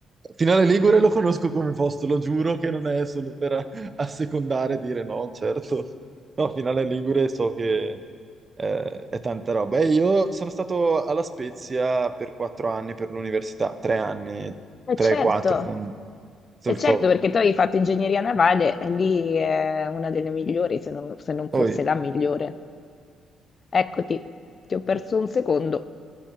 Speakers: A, on the right; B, on the left.
A: Finale Ligure lo conosco come posto, lo giuro che non è solo per assecondare e dire no, certo. No, finale Ligure so che eh, è tanta roba. E io sono stato alla Spezia per quattro anni per l'università, tre anni,
B: Eh
A: tre,
B: certo.
A: quattro con tutto
B: E
A: il
B: certo,
A: co-
B: perché tu avevi fatto ingegneria navale e lì è una delle migliori, se non, se non
A: poi
B: forse la migliore. Eccoti, ti ho perso un secondo.